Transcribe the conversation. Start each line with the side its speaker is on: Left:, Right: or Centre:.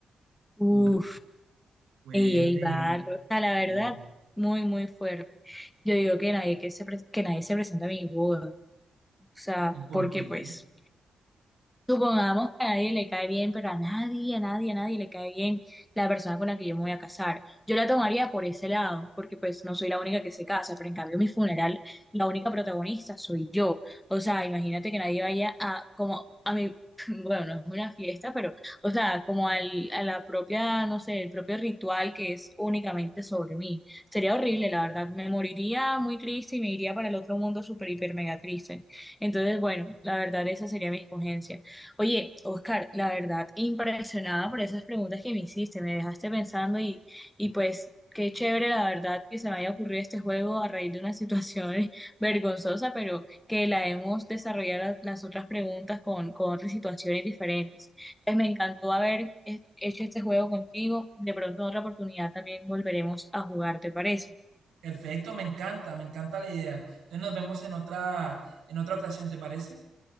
Centre: Uf.
Right: Uh, fuerte.
Centre: Ey, ey, barro, o sea, la
Right: Eh,
Centre: verdad, muy, muy fuerte. Yo digo que nadie que se, pre- que nadie se presente a mi boda, o sea,
Right: ¿Y por
Centre: porque
Right: qué?
Centre: pues, Supongamos que a nadie le cae bien, pero a nadie, a nadie, a nadie le cae bien la persona con la que yo me voy a casar. Yo la tomaría por ese lado, porque pues no soy la única que se casa, pero en cambio en mi funeral, la única protagonista soy yo. O sea, imagínate que nadie vaya a, como, a mi, <laughs> bueno, no es una fiesta, pero, o sea, como al, a la propia, no sé, el propio ritual que es únicamente sobre mí. Sería horrible, la verdad. Me moriría muy triste y me iría para el otro mundo súper, hiper, mega triste. Entonces, bueno, la verdad, esa sería mi escogencia. Oye, Oscar, la verdad, impresionada por esas preguntas que me hiciste, me dejaste pensando y, y pues qué chévere la verdad que se me haya ocurrido este juego a raíz de una situación <laughs> vergonzosa, pero que la hemos desarrollado la- las otras preguntas con, con otras situaciones diferentes. Entonces me encantó haber eh, hecho este juego contigo, de pronto en otra oportunidad también volveremos a jugar, ¿te parece?
Right: Perfecto, me encanta, me encanta la idea. Entonces nos vemos en otra, en otra ocasión, ¿te parece?